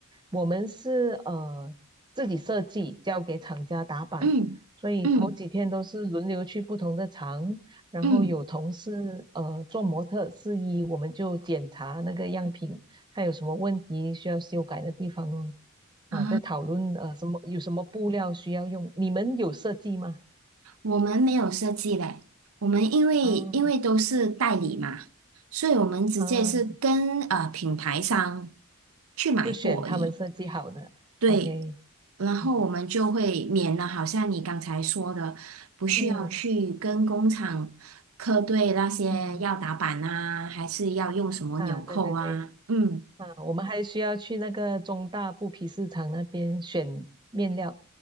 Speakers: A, on the right; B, on the right.
A: 我们是呃自己设计，交给厂家打板，
B: 嗯嗯
A: 所以头几天都是轮流去不同的厂，然后有同事呃做模特试衣，
B: 嗯，
A: 我们就检查那个样品，看有什么问题需要修改的地方哦
B: 啊，
A: 啊，在讨论呃什么有什么布料需要用。你们有设计吗？
B: 我们没有设计嘞，我们因为因为都是代理嘛，
A: 啊
B: 所以我们直接是跟呃品牌商
A: 啊，
B: 去买货而已。
A: 就选他们设计好的，OK。
B: 对，然后我们就会免了，
A: 嗯
B: 好像你刚才说的，不需要去跟工厂核对那些要打板啊，
A: 嗯嗯
B: 还是要用什么纽扣啊，
A: 啊，对对对，
B: 嗯，
A: 啊，我们还需要去那个中大布匹市场那边选面料，